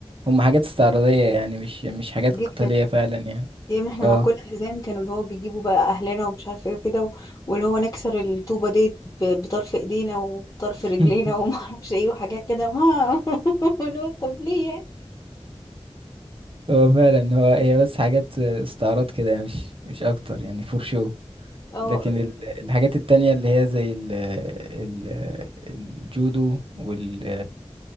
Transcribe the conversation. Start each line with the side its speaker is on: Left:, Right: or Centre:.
Right: هم حاجات استعراضيه يعني مش مش حاجات
Left: جدا
Right: قتاليه فعلا يعني
Left: يعني احنا
Right: اه
Left: مع كل حزام كانوا اللي هو بيجيبوا بقى اهلنا ومش عارف ايه وكده و- واللي هو نكسر الطوبة دي ب- بطرف ايدينا وطرف
Right: <laughs>
Left: رجلينا <laughs> وما اعرفش ايه وحاجات كده <laughs> ما طب ليه يعني
Right: هو فعلا هو هي بس حاجات استعراض كده يعني مش مش اكتر يعني فور شو
Left: اه
Right: لكن ال- الحاجات التانية اللي هي زي ال ال الجودو وال